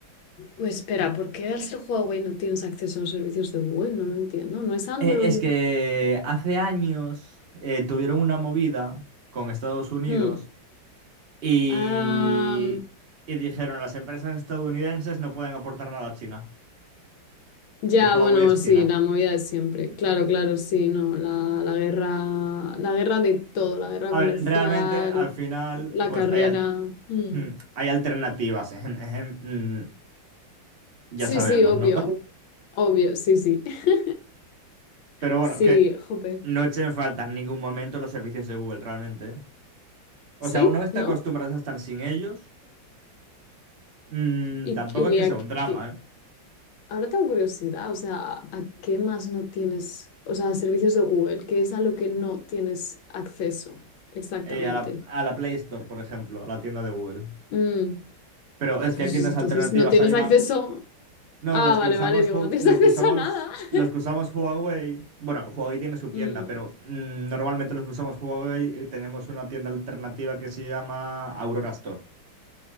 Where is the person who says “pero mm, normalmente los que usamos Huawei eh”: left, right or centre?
Right